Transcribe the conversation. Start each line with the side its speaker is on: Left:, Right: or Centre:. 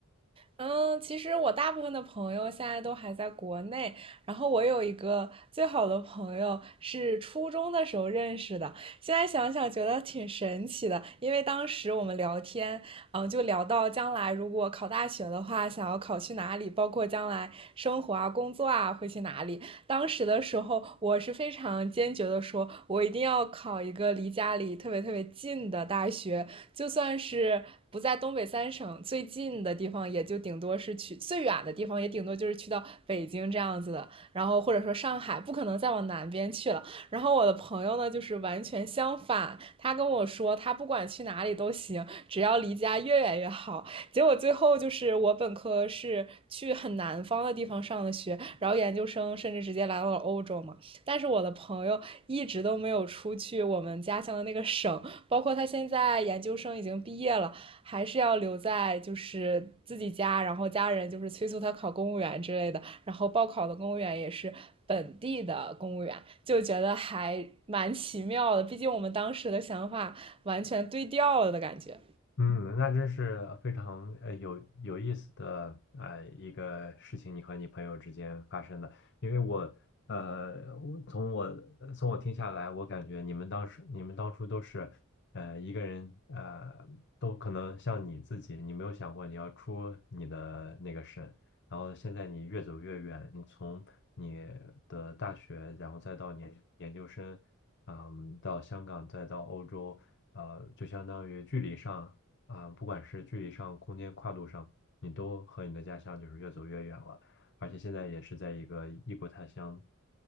Right: 嗯，其实我大部分的朋友现在都还在国内，然后我有一个最好的朋友是初中的时候认识的，现在想想觉得挺神奇的，因为当时我们聊天，嗯，就聊到将来如果考大学的话，想要考去哪里，包括将来生活啊、工作啊会去哪里。当时的时候，我是非常坚决的说，我一定要考一个离家里特别特别近的大学，就算是。不在东北三省最近的地方，也就顶多是去最远的地方，也顶多就是去到北京这样子的，然后或者说上海，不可能再往南边去了。然后我的朋友呢，就是完全相反，他跟我说他不管去哪里都行，只要离家越远越好。结果最后就是我本科是去很南方的地方上的学，然后研究生甚至直接来到了欧洲嘛。但是我的朋友一直都没有出去我们家乡的那个省，包括他现在研究生已经毕业了，还是要留在就是自己家，然后家人就是催促他考公务员之类的。然后报考的公务员也是本地的公务员，就觉得还蛮奇妙的。毕竟我们当时的想法完全对调了的感觉。
Left: 嗯，那真是非常呃有有意思的呃一个事情，你和你朋友之间发生的。因为我呃，我从我呃从我听下来，我感觉你们当时你们当初都是呃一个人呃都可能像你自己，你没有想过你要出你的那个省，然后现在你越走越远，你从你的大学，然后再到你研究生，嗯，到香港，再到欧洲。呃，就相当于距离上。啊、不管是距离上、空间跨度上，你都和你的家乡就是越走越远了。而且现在也是在一个异国他乡，